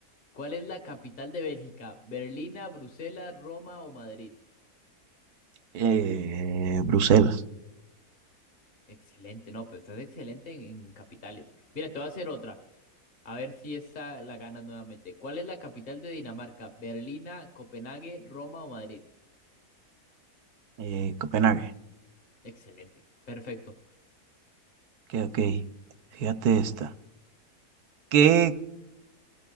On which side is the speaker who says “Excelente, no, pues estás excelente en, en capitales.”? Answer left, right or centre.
Left